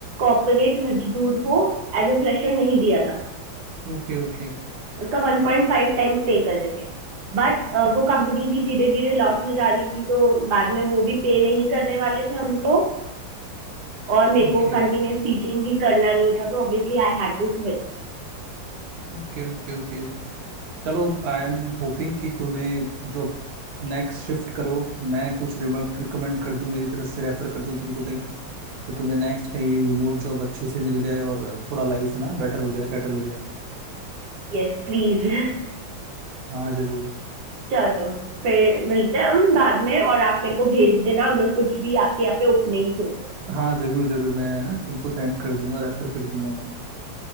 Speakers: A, on the right; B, on the right.
A: कॉर्पोरेट मजदूर को एज अ फ्रेशर नहीं दिया जाता
B: Okay okay
A: उसका वन पॉइंट फाइव टाइम्स पे करते थे बट uh, वो कंपनी भी धीरे धीरे लॉस में जा रही थी तो बाद में वो भी पे नहीं करने वाले थे हमको और मेरे
B: okay
A: को कंटिन्यूस टीचिंग भी करना नहीं था तो obviously I had to switch
B: okay okay okay चलो आई एम होपिंग कि तुम्हें जो नेक्स्ट शिफ्ट करो मैं कुछ रिकमेंड कर दूं मेरी तरफ से रेफर कर दूं तुमको कहीं तो तुम्हें नेक्स्ट कहीं रिमोट जॉब अच्छे से मिल जाए और थोड़ा लाइफ ना बेटर हो जाए सेटल हो जाए
A: Yes please
B: हाँ जरूर
A: <laughs> चलो तो फिर मिलते हैं हम बाद में और आप मेरे को भेज देना अगर कुछ भी आपके यहाँ पे ओपनिंग्स हो तो
B: हाँ जरूर जरूर मैं ना तुमको सेंड कर दूंगा रेफर कर दूंगा मैं